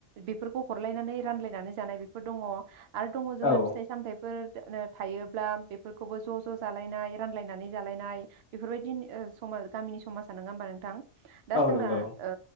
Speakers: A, on the right; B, on the left.
A: बेफोर फोरखौ हरलायनानै रानलायनानै जानाय बेफोर दङ। आरो दङ जोंना
B: औ
A: फिथाइ-सामथाइफोर थायोब्ला बेफोरखौबो ज' ज' जालायनाय रानलायनानै जालायनाय बेफोरबायदि ओ समाज गामिनि समाजा नोङा होमबा नोंथां? दा
B: औ
A: जोंना
B: नंगौ
A: ओ